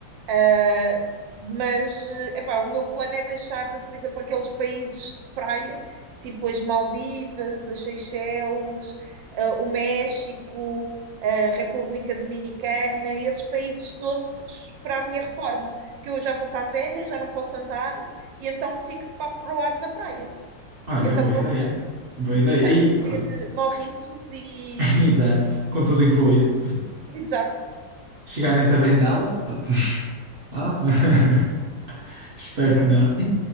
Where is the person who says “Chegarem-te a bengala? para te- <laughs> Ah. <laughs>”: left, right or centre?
Right